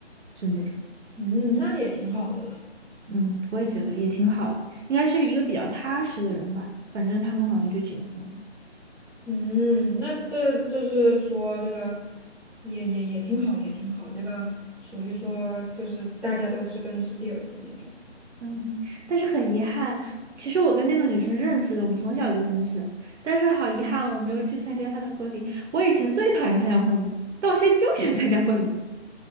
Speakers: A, on the right (about 80°); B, in the centre.
A: 就那种，
B: 嗯，那也挺好的了。
A: 嗯，我也觉得也挺好的，应该是一个比较踏实的人吧，反正他们好像就结婚了。
B: 嗯，那这就是说，这个也也也挺好，也挺好。这个属于说，就是大家都知根知底儿的那种。
A: 嗯，但是很遗憾，其实我跟那个女生认识的，我们从小就认识，但是好遗憾，我没有去参加她的婚礼。我以前最讨厌参加婚礼了但我现在就想参加婚礼